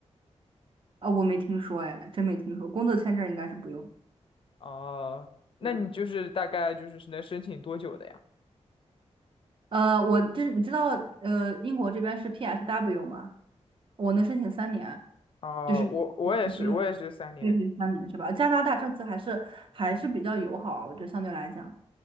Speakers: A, on the right; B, on the left.
A: 啊，我没听说，哎，真没听说，工作签证应该是不用。
B: 哦、那你就是大概就是能申请多久的呀？
A: 对，呃，我这你知道，呃，英国这边是 PSW 吗？我能申请三年，
B: 哦、
A: 就是。
B: 我我也是，
A: 不用。
B: 我也是三年。
A: 对对，三年是吧？加拿大政策还是还是比较友好，我觉得相对来讲，